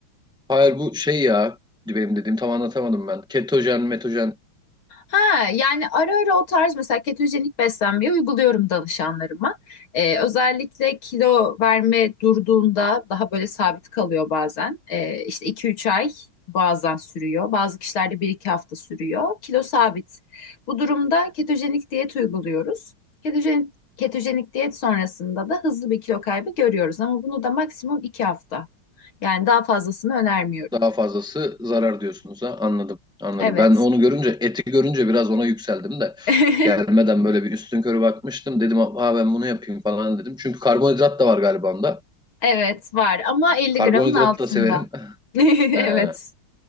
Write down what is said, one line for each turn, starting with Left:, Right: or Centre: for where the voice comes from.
Centre: Hayır bu şey ya benim dediğim tam anlatamadım ben. Ketojen, metojen
Left: Ha, yani ara ara o tarz mesela ketojenik beslenmeyi uyguluyorum danışanlarıma. Ee, özellikle kilo verme durduğunda daha böyle sabit kalıyor bazen. Ee, işte 2-3 ay bazen sürüyor. Bazı kişilerde bir iki hafta sürüyor. Kilo sabit. Bu durumda ketojenik diyet uyguluyoruz. Ketojenik, ketojenik diyet sonrasında da hızlı bir kilo kaybı görüyoruz ama bunu da maksimum 2 hafta. Yani daha fazlasını önermiyorum.
Centre: daha fazlası zarar diyorsunuz ha anladım anladım.
Left: Evet.
Centre: Ben onu görünce eti görünce biraz ona yükseldim de
Left: <laughs>
Centre: gelmeden böyle bir üstünkörü bakmıştım. Dedim ha ben bunu yapayım falan dedim. Çünkü karbonhidrat da var galiba onda.
Left: Evet var ama 50
Centre: Karbonhidratı
Left: gramın altında.
Centre: da severim. <laughs>
Left: <laughs> Evet.
Centre: He.